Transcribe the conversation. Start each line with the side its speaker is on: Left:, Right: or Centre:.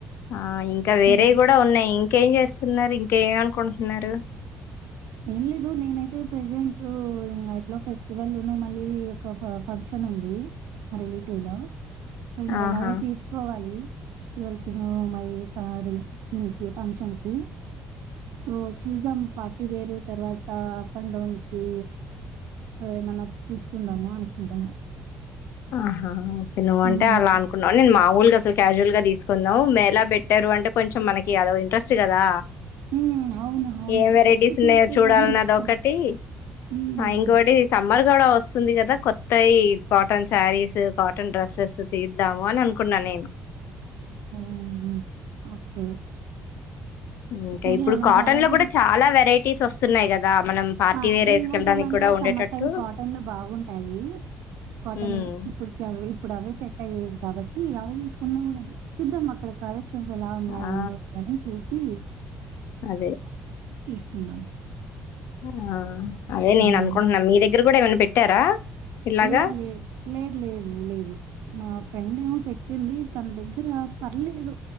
Left: ఆ ఇంకా వేరేవి
Right: ఏ
Left: కూడా ఉన్నాయి ఇంకేం చేస్తున్నారు ఇంక ఏమ అనుకుంటున్నారు
Right: ఏం లేదు నేనైతే ప్రెసెంట్ ఇంగ ఎట్లా ఫెస్టివల్ ను మళ్ళీ ఒక ఫంక్షన్ ఉంది మా రిలేటివ్ లో సో నేన్
Left: ఆహా
Right: ఎలాగో తీసుకోవాలి ఫెస్టివల్కీ ను మ సారి దీన్కి ఫంక్షన్కి సో చూస్దం పార్టీ వేరు తర్వాత అప్ అండ్ డౌన్ కి ఏమన్నా తీసుకుందాము అనుకుంటున్నా
Left: ఆహా ఓకే నువ్వు
Right: హ్మ్.
Left: అంటే అలా అకున్నావు నేను మా ఊలుగా అసలు క్యాజువల్ గా తీసుకుందాం మేలా పెట్టారు అంటే కొంచెం మనకి అదో ఇంట్రస్ట్ కదా
Right: హ్మ్. అవును. అవును.
Left: ఏం వెరైటీస్
Right: ఫస్ట్
Left: ఉన్నాయో
Right: చూస్తే
Left: చూడాలన్నది
Right: గాని సరి
Left: ఒకటి
Right: హ్మ్. హ్మ్.
Left: అ ఇంకోటి సమ్మర్ కూడా వస్తుంది కదా కొత్తయి కాటన్ శారీస్ కాటన్ డ్రస్సెస్ తీద్దాము అని అనుకున్నాను నేను
Right: ఉహు ఓకే
Left: ఇంకా
Right: సరే
Left: ఇప్పుడు
Right: అలాగే
Left: కాటన్
Right: అలాగే
Left: లో కూడా
Right: నెక్స్ట్
Left: చాలా వెరైటీస్ వస్తున్నాయి కదా మనం పార్టీ
Right: ఆ
Left: వేర్
Right: అంటే
Left: వేసుకెళ్ళడానికి
Right: ఇంకోటి ఏమంటే
Left: కూడా ఉండేటట్టు
Right: సమ్మర్ టైం కాటన్ లో బాగుంటాయి కాటన్
Left: ఉమ్
Right: ఇప్పుడుకి అవ్వే ఇప్పుడు అవే సెట్ అయి లేదు కాబట్టి అవి తీసుకున్నా కూడా చూద్దాం అక్కడకి కాలే క్షన్స్ ఎలా ఉన్నాయి
Left: ఆ
Right: ఏంటి అని చూసి
Left: అదే
Right: తీసుకుందాం
Left: ఆ అదే
Right: హ్మ్.
Left: నేను అనుకుంటున్నా మీ దగ్గర కూడా ఏమైనా పెట్టారా ఇలాగా
Right: లేదు లేదు లేదు లేదు లేదు మా ఫ్రెండ్ ఏమో పెట్ పట్టింది తన దగ్గర పర్లేదు